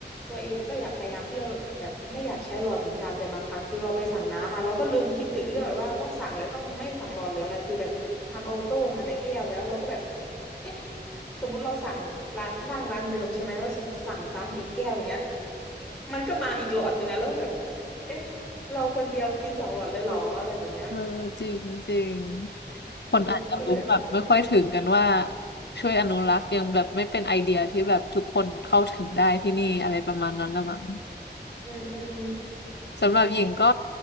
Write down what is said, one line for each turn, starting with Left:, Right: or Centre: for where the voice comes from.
Centre: ตัวเองก็อยากพยายามที่จะแบบไม่อยากใช้หลอดเหมือนกันแต่บางครั้งคือเราไปสั่งน้ำมาเราก็ลืมคิดถึงเรื่องแบบว่าต้องสั่งแล้วต้องไม่สั่งหลอดหรืออะไรคือแบบมันออโต้มาในแก้วแล้วเราก็แบบเอ๊ะสมมุติเราสั่งร้านนั่งร้านเดิมใช่ไหมแล้วสมมติสั่งซ้ำอีกแก้วอย่างเงี้ยมันก็มาอีกหลอดหนึงอะแล้วแบบเอ๊ะเราคนเดียวกินสองหลอดเลยเหรออะไรแบบเนี้ย
Left: เออจริงจริงคนอาจจะรู้แบบไม่ค่อยถึงกันว่า
Centre: เออมันก็เลยแบบ
Left: ช่วยอนุรักษ์ยังแบบไม่เป็นไอเดียที่แบบทุกคนเข้าถึงได้ที่นี่อะไรประมาณนั้นละมั้ง
Centre: อืมอืม
Left: สำหรับหญิงก็